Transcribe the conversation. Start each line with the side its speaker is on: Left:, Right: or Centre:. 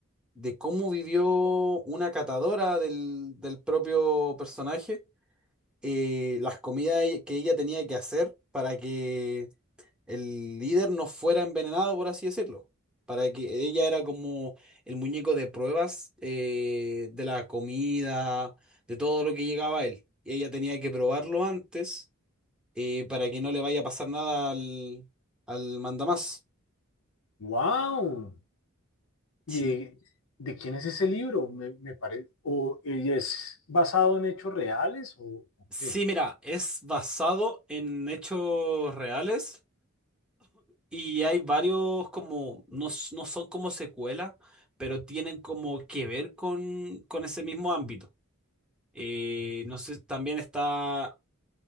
Centre: de cómo vivió una catadora del, del propio personaje, eh, las comidas e- que ella tenía que hacer para que el líder no fuera envenenado, por así decirlo. Para que ella era como el muñeco de pruebas eh, de la comida, de todo lo que llegaba a él. Y ella tenía que probarlo antes eh, para que no le vaya a pasar nada al, al mandamás.
Left: ¡Wow! ¿Y
Centre: Sí.
Left: de quién es ese libro? Me, me parece, o y es basado en hechos reales o, o
Centre: Sí,
Left: qué?
Centre: mira, es basado en hechos reales y hay varios como, no, s- no son como secuela, pero tienen como que ver con, con ese mismo ámbito. Eh, no sé, también está